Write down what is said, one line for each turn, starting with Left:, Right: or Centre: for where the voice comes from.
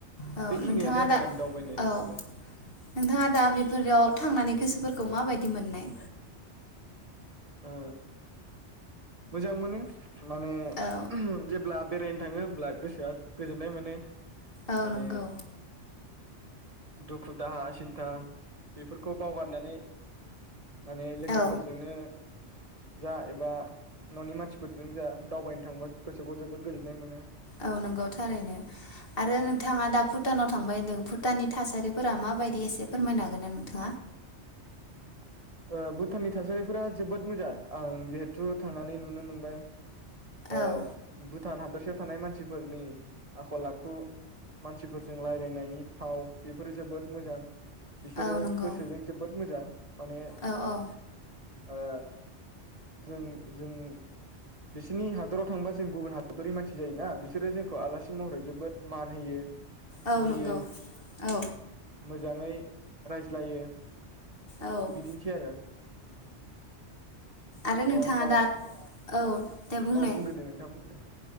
Left: औ
Right: बेखिनियानो
Left: नोंथाङा
Right: आरो
Left: दा
Right: आं दावबायनायनि
Left: औ
Right: माबाया
Left: नोंथाङा दा बेफोरयाव थांनानै गोसोफोरखौ माबायदि मोननाय?
Right: ओ मोजां मोनो माने
Left: औ
Right: उम जेब्ला बेरायनो थाङो होमब्ला गोसोआ गोजोननाय मोनो।
Left: औ
Right: माने
Left: नोंगौ।
Right: दुखु दाहा सिन्था बेफोरखौ बावगारनानै माने लोगोफोरजोंनो
Left: औ
Right: जा एबा न'नि मानसिफोरजों जा दावबायनो थांबा गोसोखौ जोबोद गोजोननाय मोनो।
Left: औ नोंगौ थारैनो आरो नोंथाङा दा भुटानाव थांबाय होनदों भुटाननि थासारिफोरा माबायदि एसे फोरमायनो हागोन ना नोंथां?
Right: ओ भुटाननि थासारिफोरा जोबोद मोजां आं जिहेथु थांनानै नुनो मोनबाय ओ
Left: औ
Right: भु टान हादरसायाव थानाय मानसिफोरनि आखल आखु मानसिफोरजों रायलायनायनि फाव बेफोरो जोबोद मोजां। बिसोरो
Left: औ नंगौ
Right: जोबोद मोजां। माने।
Left: औ औ
Right: ओ जों जों बिसोरनि हादराव थांबा जों गुबुन हादरनि मानसि जायोना बिसोरो जोंखौ आलासि महरै जोबोद मान होयो।
Left: औ
Right: सिबियो
Left: नंगौ औ।
Right: मोजाङै रायज्लायो।
Left: औ
Right: बिदिनोसै आरो।
Left: आरो
Right: अ
Left: नोंथाङा
Right: होमबा
Left: दा। औ। दे बुंनाय
Right: अ बुंदों दे नोंथां बुंदों दे।